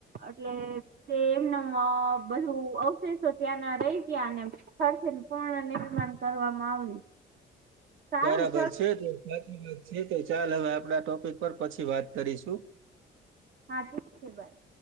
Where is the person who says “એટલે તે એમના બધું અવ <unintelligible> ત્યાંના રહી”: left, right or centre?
Right